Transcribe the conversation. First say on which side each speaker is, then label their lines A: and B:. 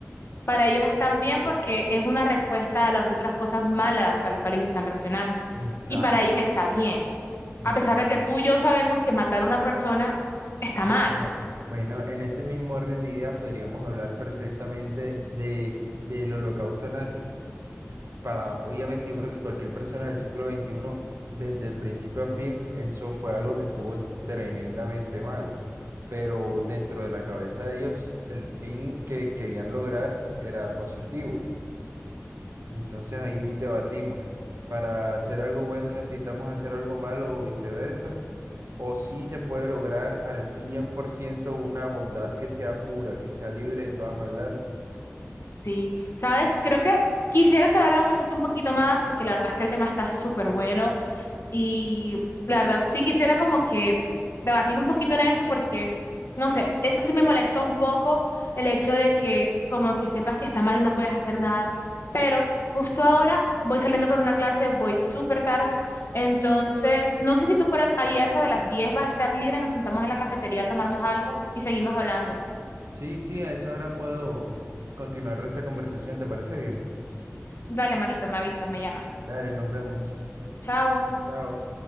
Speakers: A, on the left (about 55°); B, on the right (about 65°).
A: para ellos están
B: Quizás.
A: bien porque es una respuesta a las otras cosas malas a las cuales ellos están reaccionando.
B: Exacto.
A: Y para ellos está bien.
B: Bueno,
A: A pesar de que tú y yo sabemos que matar a una persona está
B: está
A: mal,
B: mal. Bueno, en ese mismo orden de ideas podríamos hablar perfectamente de, del holocausto nazi. para, obviamente, yo creo que cualquier persona del siglo veintiuno desde el principio a fin, eso fue algo que estuvo tremendamente mal. Pero dentro de la cabeza de ellos, el fin que querían lograr era positivo. Entonces ahí debatimos, ¿para hacer algo bueno necesitamos hacer algo malo o viceversa? ¿O si se puede lograr al 100% una bondad que sea pura, que sea libre de toda maldad?
A: ¿sí? ¿Sabes? Creo que quisiera que habláramos de esto un poquito más porque la verdad es que el tema está súper bueno. Y la verdad, sí quisiera como que debatir un poquito en eso porque, no sé, eso sí me molesta un poco el hecho de que como que sepas que está mal y no puedes hacer nada. Pero justo ahora voy saliendo para una clase, voy súper tarde. Entonces, no sé si tú por es- ahí a eso de las diez vas a estar libre, nos sentamos en la cafetería a tomarnos algo y seguimos hablando.
B: Sí, sí, a esa hora puedo continuar esta conversación, ¿te parece bien?
A: Dale, manito, me avisas, me llamas.
B: Dale, nos vemos.
A: Chao.
B: Chao.